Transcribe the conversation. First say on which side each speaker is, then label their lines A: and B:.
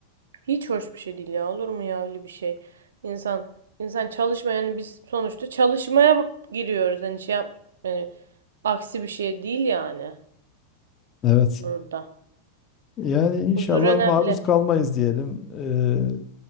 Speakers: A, on the right; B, on the left.
A: Hiç hoş bir şey değil ya. Olur mu ya öyle bir şey? İnsan insan çalışma yani biz sonuçta çalışmaya giriyoruz. Hani şey yap, yani aksi bir şey değil yani
B: Evet.
A: burada.
B: Yani inşallah
A: Huzur önemli.
B: maruz kalmayız diyelim. Eee,